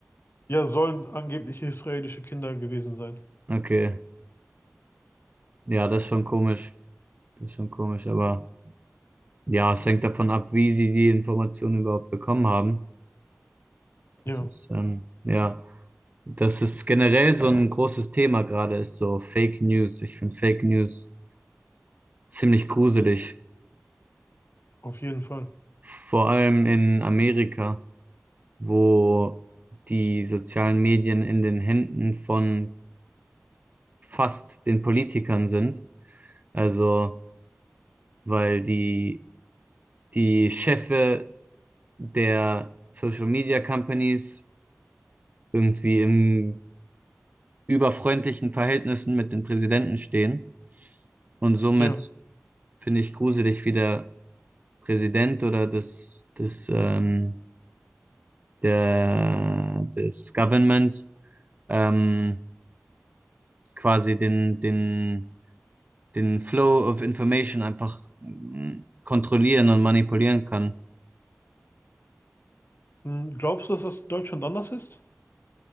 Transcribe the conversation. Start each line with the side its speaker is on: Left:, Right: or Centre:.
Left: Ja, sollen angeblich israelische Kinder gewesen sein.
Right: Okay, ja, das ist schon komisch. Das ist schon komisch, aber ja, es hängt davon ab, wie sie die Informationen überhaupt bekommen haben.
Left: Ja,
Right: Das ist, ähm, ja, das ist generell so ein großes Thema gerade, ist so Fake News. Ich finde Fake News ziemlich gruselig.
Left: auf jeden Fall.
Right: Vor allem in Amerika, wo die sozialen Medien in den Händen von fast den Politikern sind. Also, weil die, die Chefe der Social Media Companies irgendwie im überfreundlichen Verhältnissen mit den Präsidenten stehen. Und somit
Left: Ja.
Right: finde ich gruselig, wie der Präsident oder das, das, ähm, der, das Government ähm, quasi den, den, den Flow of Information einfach mm, kontrollieren und manipulieren kann.
Left: Hm, glaubst du, dass das in Deutschland anders ist?